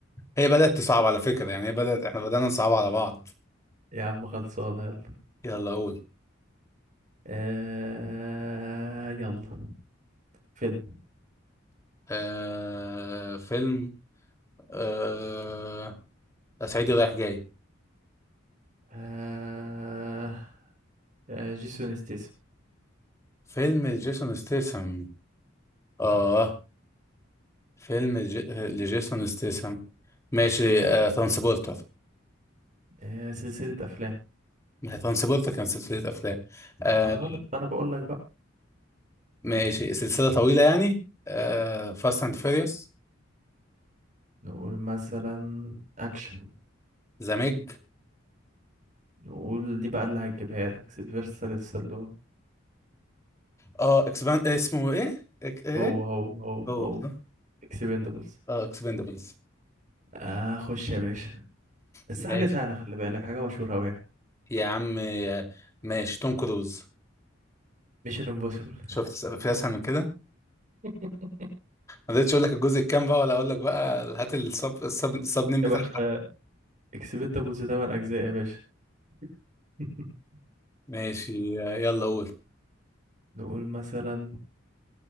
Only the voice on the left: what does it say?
هي بدأت تصعب على فكرة يعني هي بدأت احنا بدأنا نصعب على بعض
يلا قول
آه... فيلم آه... صعيدي رايح جاي
فيلم لجيسون ستيسم اه فيلم ج... لجيسون ستيسم ماشي آه... ترانسبورتر
ما هي ترانسبورتر كانت سلسلة أفلام آه...
ماشي سلسلة طويلة يعني آه... فاست أند فيريوس
ذا ميج
اه اكسبان اسمه ايه؟ إك... ايه؟
هو
ده.
اه اكسبندبلز
ماشي
يا عم آه، ماشي توم كروز
شفت في أسهل من كده؟
ما قدرتش اقول لك الجزء الكام بقى ولا اقول لك بقى هات السب السب السب نيم
بتاعها
ماشي يلا قول